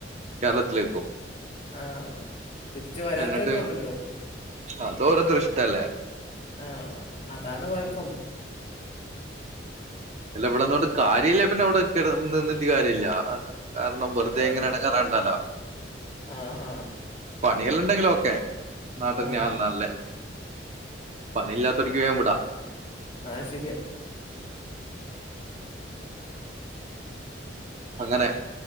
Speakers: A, on the right (about 40°); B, on the left (about 35°).
A: കേരളത്തിലേക്കോ
B: ആഹ് തിരിച്ച് വരാത്തവരും
A: എന്നിട്ട്
B: ഉണ്ടല്ലോ
A: അത് ഓരോരുത്തരെ ഇഷ്ടല്ലേ
B: ആഹ് അതാണ് കൊഴപ്പം
A: അല്ല ഇവിടെന്നു കൊണ്ട് കാര്യല്ലെങ്കിൽ പിന്നെ അവിടെ നിന്നിട്ട് കാര്യല്ല കാരണം വെറുതെ
B: ആഹ്
A: ഇങ്ങനെ എടങ്ങേറാവണ്ടല്ലോ
B: ആഹാ
A: പണികള്ണ്ടെങ്കില് ഓക്കെ നാട്ട്
B: ആഹ്
A: <unintelligible> പണില്ലാത്തടക്ക് വയാൻ വിടാ
B: ആഹ് ശരിയ
A: അങ്ങനെ